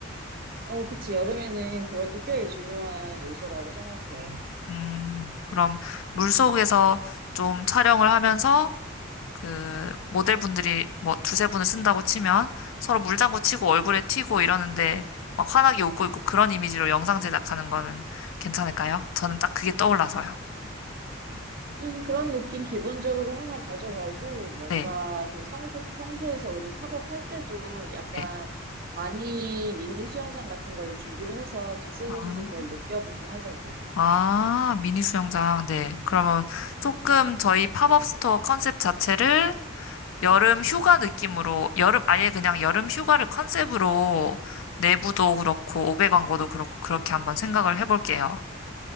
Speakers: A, on the right; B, on the left.
A: 어, 그치. 여름에는 그것도 꽤 중요한 요소라고 생각해.
B: 음, 그럼 물 속에서
A: 음, 음.
B: 좀 촬영을 하면서 그 모델분들이 뭐 두세 분을 쓴다고 치면 서로 물장구 치고 얼굴에 튀고 이러는데 막 환하게 웃고 있고 그런 이미지로 영상 제작하는 거는 괜찮을까요? 저는 딱 그게 떠올라서요.
A: 음, 그런 느낌 기본적으로 하나 가져가고, 뭔가
B: 네.
A: 그 성수, 성수에서 우리 팝업 할 때도 약간
B: 네.
A: 간이 미니 수영장 같은 걸 준비를 해서 즉석에서도
B: 아,
A: 그걸 느껴보게 하자고.
B: 아, 미니 수영장. 네. 그러면 조금
A: 음, 음.
B: 저희 팝업 스토어 컨셉 자체를 여름 휴가 느낌으로, 여름, 아예 그냥 여름 휴가를 컨셉으로 내부도 그렇고, 오배 광고도 그렇고, 그렇게 한번 생각을 해볼게요.